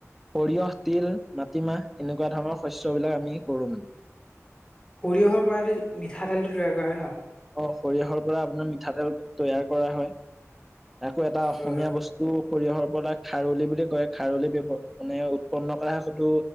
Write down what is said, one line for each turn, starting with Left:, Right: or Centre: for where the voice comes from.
Centre: সৰিয়হ, তিল, মাটিমাহ এনেকুৱা ধৰণৰ শস্যবিলাক আমি কৰোঁ মানে।
Left: সৰিয়হৰ পৰাটো মিঠাতেলটো তৈয়াৰ কৰা হয় ন?
Centre: অ সৰিয়হৰ পৰা আপোনাৰ মিঠাতেল তৈয়াৰ কৰা হয়, আকৌ এটা অসমীয়া
Left: হয় হয়।
Centre: বস্তু টো সৰিয়হৰ পৰা খাৰলি বুলি কয় খাৰলি ব্যৱহ মানে উৎপন্ন কৰা সেইটো